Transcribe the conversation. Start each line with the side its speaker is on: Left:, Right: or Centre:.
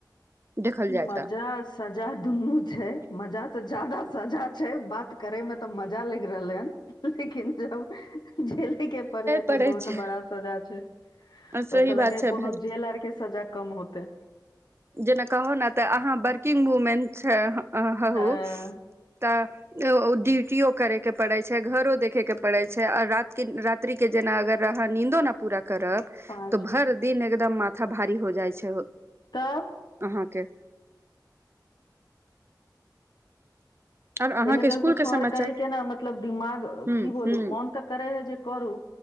Right: देखल जाय
Left: मजा
Right: तऽ
Left: सजा दुन्नू छै मजा तऽ जादा सजा छै बात करे में तऽ मजा लगि रहले हन लेकिन जब झेले के पड़े है
Right: पड़ै
Left: त बहुत
Right: छै
Left: बड़ा सजा छै
Right: सही
Left: ओहिस लागे
Right: बात छै
Left: कोनो
Right: भाय
Left: जेल आर के सजा कम होते
Right: जेना कहो ने तऽ अहाँ वर्किंग वूमेन छ
Left: हँ
Right: हू त ड्यूटियो करयके पड़ै छै घरो देखेके पड़ै छै आओ रात कि रात्रि के जेना अगर अहा नींदो ना पूरा करब
Left: पाँच
Right: तो भर
Left: में
Right: <unintelligible> एकदम माथा भारी हो जाइ छै
Left: तऽ
Right: अहाँके आओर अहाँके
Left: एहि लेल
Right: स्कुल
Left: कुछ
Right: के
Left: ओर
Right: समाचार
Left: करैके ने मतलब दिमाग
Right: हूं
Left: की बोलू
Right: हूं
Left: मोन ता करे है जे करू